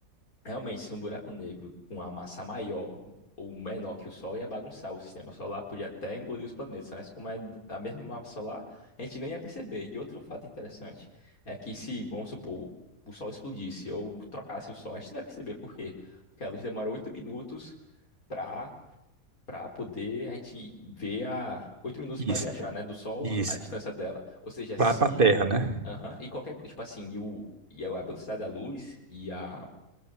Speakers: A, on the left; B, on the right.
A: Realmente, se um buraco negro com uma massa maior ou menor que o Sol ia bagunçar o sistema solar, podia até engolir os planetas, mas como é da mesma massa solar, a gente nem ia perceber. E outro fato interessante é que se, vamos supor, o Sol explodisse ou trocasse o Sol, a gente não ia perceber por quê? Porque a luz demorou oito minutos para para poder a gente ver a oito minutos
B: isso,
A: para viajar, né, do Sol
B: isso.
A: à distância dela. Ou seja,
B: Para
A: se
B: a terra, né?
A: Aham, E qualquer coisa, tipo assim, e, o, e a velocidade da luz e a